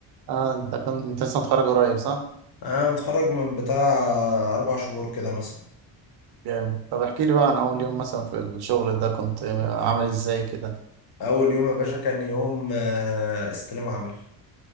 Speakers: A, on the right; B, on the left.
A: اه انت كنت انت لسه متخرج قريب صح
B: انا متخرج من بتاع اربع شهور كده مثلا
A: جامد طب احكي لي بقى عن اول يوم مثلا في الشغل ده كنت عامل ازاي كده
B: اول يوم يا باشا كان يوم آه، استلام عمل